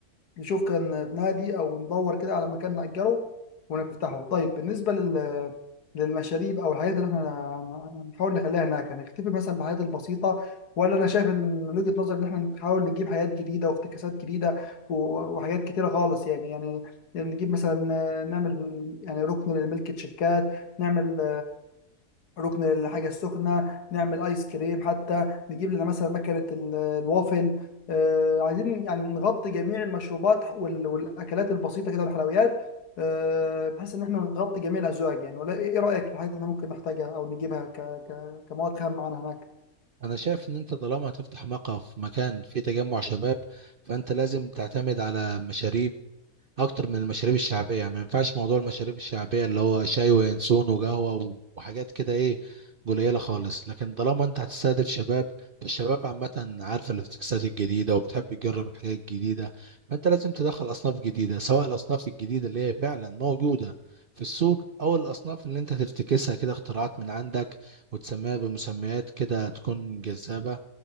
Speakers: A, on the left; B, on the right.
A: نشوف كان في نادي او ندور كده على مكان نأجره ونفتحه طيب بالنسبة لل للمشاريب او الحاجات اللي احنا ن- ن- نحاول نخليها هناك هنختفي مثلا بالحاجات البسيطه ولا انا شايف ان من وجهه نظري ان احنا نحاول نجيب حاجات جديده وافتكاسات جديده و- وحاجات كتيره خالص يعني يعني يعني نجيب مثلا آه، نعمل يعني ركن لملك تشيكات نعمل ركن الحاجة السخنة نعمل آيس كريم حتى نجيب لنا مثلا مكنة ال- الوافل آه، عايزين يعني نغطي جميع المشروبات وال- والأكلات البسيطة كده والحلويات آه، بحيث إن إحنا نغطي جميع الأزواج يعني ولا إيه إيه رأيك في الحاجات اللي إحنا ممكن نحتاجها أو نجيبها ك- ك- كمواد خام معانا هناك؟
B: انا شايف ان انت طالما هتفتح مقهى في مكان فيه تجمع شباب فانت لازم تعتمد على مشاريب اكتر من المشاريب الشعبيه يعني ما ينفعش موضوع المشاريب الشعبيه اللي هو شاي وينسون وقهوه و- وحاجات كده ايه قليله خالص لكن طالما انت هتستهدف شباب فالشباب عامه عارفه الافتكاسات الجديده وبتحب تجرب الحاجات الجديده فانت لازم تدخل اصناف جديده سواء الاصناف الجديده اللي هي فعلا موجوده في السوق او الاصناف اللي انت تفتكسها كده اختراعات من عندك وتسميها بمسميات كده تكون جذابه